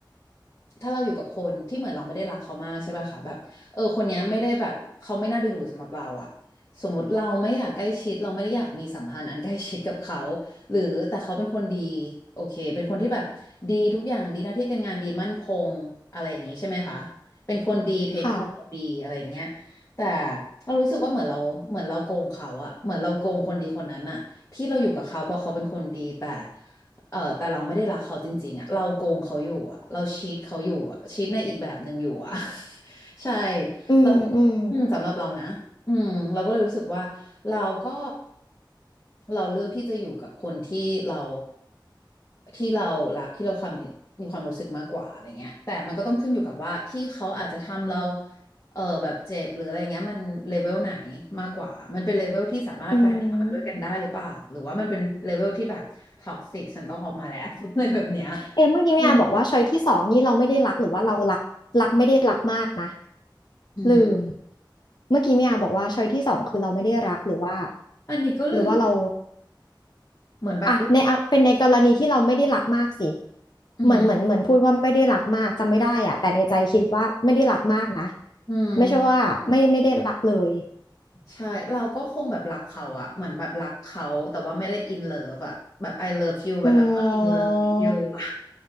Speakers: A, on the left (about 35°); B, on the left (about 60°).
A: ถ้าเราอยู่กับคนที่เหมือนเราไม่ได้รักเขามากใช่ไหมคะแบบเออคนเนี้ยไม่ได้แบบเขาไม่น่าดึงดูดสำหรับเราอะสมมติเราไม่อยากใกล้ชิดเราไม่ได้อยากมีสัมพันธ์อันใกล้ชิดกับเขาหรือแต่เขาเป็นคนดีโอเคเป็นคนที่แบบดีทุกอย่างดีหน้าที่การงานดีมั่นคงอะไรอย่างนี้ใช่ไหมคะเป็นคนดีเทคแคร์ดีอะไรอย่างเงี้ย
B: ค่ะ
A: แต่เรารู้สึกว่าเหมือนเราเหมือนเราโกงเขาอะเหมือนเราโกงคนดีคนนั้นอะที่เราอยู่กับเขาเพราะเขาเป็นคนดีแต่เออแต่เราไม่ได้รักเขาจริงๆอะเราโกงเขาอยู่อะเราชีทเขาอยู่อะชีทในอีกแบบหนึ่งอยู่อะ ใช่
B: อืมอืม
A: เราก็อืมสำหรับเรานะอืมเราก็เลยรู้สึกว่าเราก็เราเลือกที่จะอยู่กับคนที่เราที่เรารักที่เราความมีความรู้สึกมากกว่าอะไรเงี้ยแต่มันก็ต้องขึ้นอยู่กับว่าที่เขาอาจจะทำเราเออแบบเจ็บหรืออะไรเงี้ยมันเลเวลไหนมากกว่ามันเป็นเลเวลที่สามารถพัฒนาไปด้วยกันได้หรือเปล่าหรือว่ามันเป็นเลเวลที่แบบท็อกซิกฉันต้องออกมาแล้ว
B: อืม
A: <laughs> อะไรแบบเนี้ย
B: เอมเมื่อกี้เนี่ยบอกว่าช้อยที่สองนี่เราไม่ได้รักหรือว่าเรารักรักไม่ได้รักมากนะ
A: อืมอือหือ
B: ลืมเมื่อกี้เมียบอกว่าช้อยที่สองคือเราไม่ได้รักหรือว่า
A: อันนี้ก็ลืม
B: หรือว่าเรา
A: เหมือนแบบ
B: อ่ะในเอาเป็นในกรณีที่เราไม่ได้รักมากสิ
A: อือหือ
B: เหมือนเหมือนเหมือนพูดว่าไม่ได้รักมากจำไม่ได้อ่ะแต่ในใจคิดว่าไม่ได้รักมากนะ
A: อืม
B: ไม่ใช่ว่าไม่ไม่ได้รักเลย
A: ใช่เราก็คงแบบรักเขาอะเหมือนแบบรักเขาแต่ว่าไม่ได้ in love อะแบบ I love you
B: อื
A: but I'm not in love with
B: ม
A: you อะ